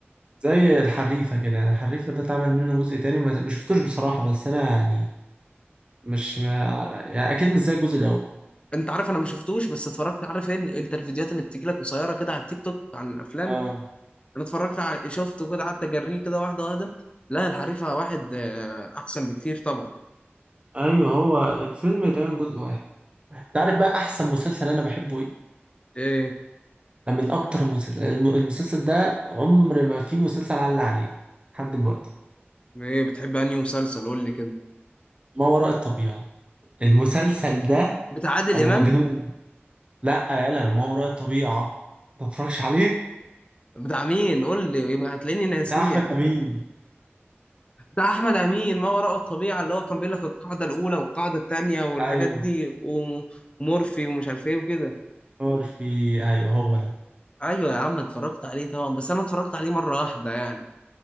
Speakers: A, on the right (about 25°); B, on the left (about 25°).
A: زي الحريفة كده يعني الحريفة ده اتعمل منه جزء تاني ما ما شفتوش بصراحة بس انا يعني مش ما يعني اكيد مش زي الجزء
B: انت عارف انا ما شفتوش بس اتفرجت عارف ان انت الفيديوهات اللي بتجيلك قصيره كده على التيك توك عن الافلام
A: الاول
B: انا اتفرجت على شفته كده قعدت اجريه كده واحده واحده لا الحريفه واحد آه، احسن بكتير طبعا
A: ايوه هو الفيلم دايما جزء واحد تعرف بقى احسن مسلسل انا بحبه ايه
B: ايه
A: ده من اكتر المسلسل الم- المسلسل ده عمر ما في مسلسل علق عليه لحد دلوقتي
B: ايه بتحب انهي مسلسل قول لي كده
A: ما وراء الطبيعة المسلسل ده
B: بتاع عادل
A: انا
B: امام
A: مجنون لا يا لا ما وراء الطبيعة ما تتفرجش عليه
B: بتاع مين قول لي يبقى هتلاقيني ناسيه
A: بتاع احمد
B: اكيد
A: امين
B: بتاع احمد امين ما وراء الطبيعه اللي هو كان بيقول لك القاعده الاولى والقاعده الثانيه والحاجات
A: ايوه
B: دي و- ومورفي ومش عارف ايه وكده
A: نور في ايوه هو ده
B: ايوه يا عم اتفرجت عليه طبعا بس انا اتفرجت عليه مره واحده يعني